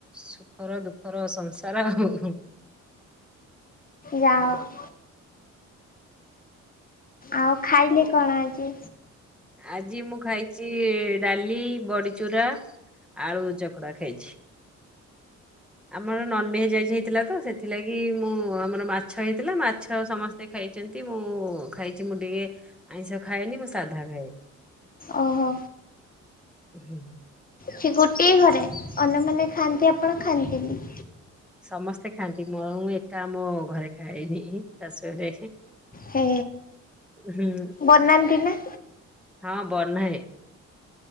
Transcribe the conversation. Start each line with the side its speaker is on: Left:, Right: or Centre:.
Centre: ସୁଖର ଦୁଃଖର ସଂସାର ଆଉ ହୁଁ ହୁଁ।
Left: ଯାଅ। ଆଉ ଖାଇଲେ କଣ ଆଜି।
Centre: ଆଜି ମୁଁ ଖାଇଚି ଡାଲି ବଡିଚୁରା। ଆଳୁ ଚକଟା ଖାଇଛି। ଆମର ନନଭେଜ ଆଜି ହେଇଥିଲା ତ ସେଥିଲାଗି ମୁଁ ଆମର ମାଛ ହେଇଥିଲା ମାଛ ସମସ୍ତ ସ୍ତେ ଖାଇଛନ୍ତି ମୁଁ ଖାଇଛି ମୁଁ ଟିକେ ଆଇଁଷ ଖାଏନି ମୁଁ ସାଧା ଖାଏ।
Left: ଓହୋ
Centre: ହୁଁ।
Left: ସେ ଗୋଟଏ ଘରେ ଅନ୍ୟମାନେ ଖାଆନ୍ତି ଆପଣ ଖାଆନ୍ତି ନି।
Centre: ସମସ୍ତେ ଖାଆନ୍ତି ମୁଁ ଆଉ ମୁଁ ଏକା ମୋ ଘରେ ଖାଏନି ଶାଶୁ ଘରେ।
Left: ହେ
Centre: ହୁଁ
Left: ବନାନ୍ତି ନା।
Centre: ହଁ ବନାଏ।